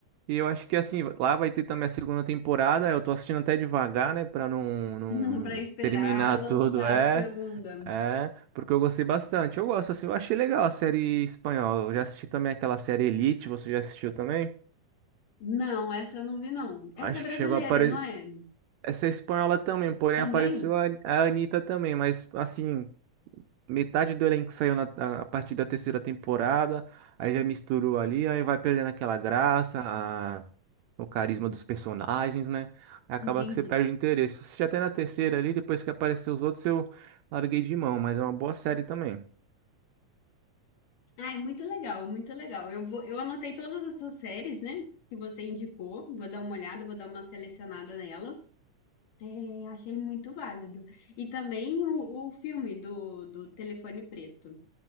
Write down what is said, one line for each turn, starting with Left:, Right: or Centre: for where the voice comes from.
Right: E eu acho que assim, lá vai ter também a segunda temporada. Eu tô assistindo até devagar, né, pra não, não,
Left: <laughs>
Right: não
Left: Pra esperar
Right: terminar
Left: lançar
Right: <laughs> tudo, é.
Left: a segunda.
Right: É, porque eu gostei bastante. Eu gosto, assim, eu achei legal a série espanhola. Eu já assisti também aquela série Elite, você já assistiu também?
Left: Não, essa eu não vi, não. Essa
Right: Acho
Left: é brasileira,
Right: que chegou a aparecer.
Left: não é?
Right: Essa é espanhola também, porém
Left: Também?
Right: apareceu a, a Anitta também, mas assim, metade do elenco saiu na, a, a partir da terceira temporada, aí já misturou ali, aí vai perdendo aquela graça, a- o carisma dos personagens, né? Aí acaba
Left: Entendi.
Right: que você perde o interesse. Eu Assisti até na terceira ali, depois que apareceu os outros, eu larguei de mão, mas é uma boa série também.
Left: Ai, muito legal, muito legal. Eu vou, eu anotei todas essas séries, né, que você indicou. Vou dar uma olhada, vou dar uma selecionada nelas. É, achei muito válido. E também o, o filme do, do Telefone Preto.